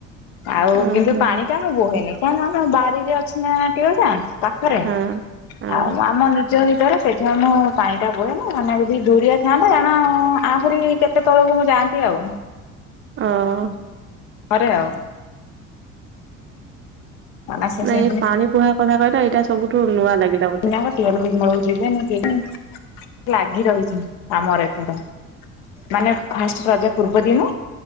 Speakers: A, on the left (about 65°); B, on the right (about 30°).
A: ଆଉ
B: ଓହୋ
A: କିନ୍ତୁ ପାଣି ଟା ମୁଁ ବୋହେନି କାହିଁ ନା ଆମ ବାରିରେ ଅଛି ନା ଟେଉଲ୍ ଟା। ପାଖରେ
B: ହଁ ହଁ
A: ଆଉ ଆମ ନି ନିଜ ଭିତରେ ସେଥି ପାଇଁ ମୁଁ ପାଣିଟା ଵୋହେ ନି ମାନେ ଯଦି ଦୂରିଆ ଥାଆନ୍ତା କାରଣ ଆହୁରି କେ କେତେ ତଳକୁ ମୁଁ ଯାଆନ୍ତି ଆଉ।
B: ଅଁ।
A: ହରେ ଆଉ। ନା ସେ
B: ନାଇଁ
A: ସେ ଦୁଇ
B: ପାଣି ବୁହା କଥା କହିଲା ଏଇଟା ସବୁଠୁ ନୂଆ ଲାଗିଲା। ମତେ
A: <unintelligible> କିନାକଟିଆକୁଳକୁ ଯିବେନି କି ଲାଗି ରହିଛି ଆମର ଏପଟ ମାନେ ଫାଷ୍ଟ ରଜ ପୂର୍ବ ଦିନ